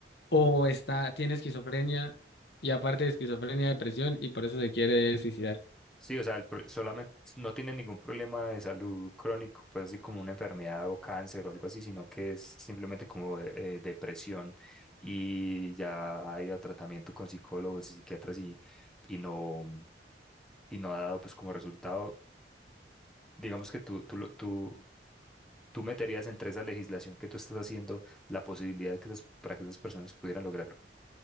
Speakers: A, on the left; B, in the centre.
A: o está, tiene esquizofrenia y aparte de esquizofrenia, depresión y por eso se quiere suicidar.
B: Sí, o sea, el pro- solamente no tiene ningún problema de salud crónico, pues así como una enfermedad o cáncer o algo así, sino que es simplemente como eh, depresión y ya ha ido a tratamiento con psicólogos y psiquiatras y, y no, y no ha dado pues como resultado. Digamos que tú, tú, lo- tú ¿Tú meterías entre esa legislación que tú estás haciendo la posibilidad de que esas- para que esas personas pudieran lograrlo?